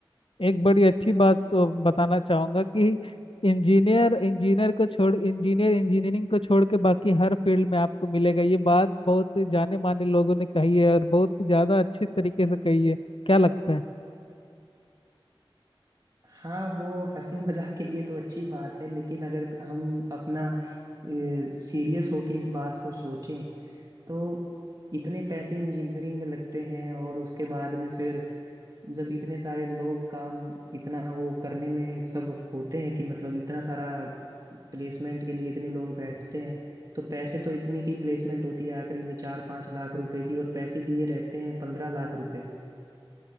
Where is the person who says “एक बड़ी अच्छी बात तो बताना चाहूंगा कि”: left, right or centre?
Left